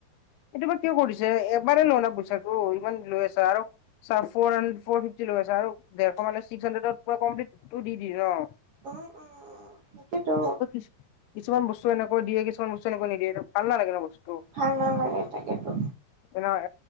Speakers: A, on the left; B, on the right.
A: এইটো বা কিয় কৰিছে? এবাৰ ল না পইচাটো ইমান লৈ আছা আৰু চ ফৰান ফৰ্ফিফটি ল আৰু ডেৰশ মানে ছিকছ হাড্ৰেডত পোৰা কমপ্লিট টু দি দি ন'
B: উম উম সেইটোৱেতো
A: <unintelligible> কিছোমান বস্তু এনেকৈ দিয়ে কিছোমান বস্তু এনেকৈ নিদিয়ে ভালা নালাগে ন' বস্তু
B: ভাল নালাগে তাকেতো
A: নহয়